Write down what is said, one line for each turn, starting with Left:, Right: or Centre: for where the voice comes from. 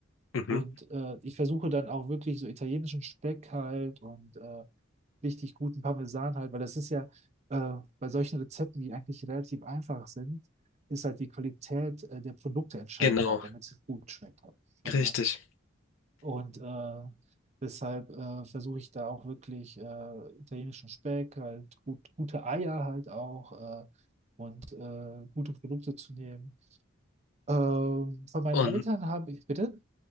Left: Mhm.
Right: Und äh, ich versuche dann auch wirklich so italienischen Speck halt und äh, richtig guten Parmesan halt, weil das ist ja äh, bei solchen Rezepten, die eigentlich relativ einfach sind, ist halt die Qualität äh, der Produkte entscheidend
Left: Genau,
Right: halt, damit es gut schmeckt halt. Ja.
Left: richtig.
Right: Und äh, deshalb äh, versuche ich da auch wirklich äh, italienischen Speck, halt gut, gute Eier halt auch äh, und äh, gute Produkte zu nehmen. Ähm, von meinen
Left: Und
Right: Eltern habe ich, bitte?